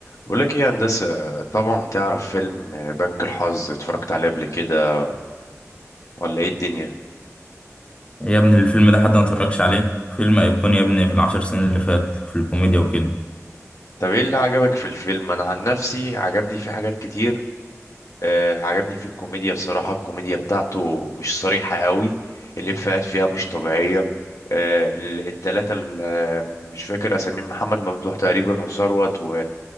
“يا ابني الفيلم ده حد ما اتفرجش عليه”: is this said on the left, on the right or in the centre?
Left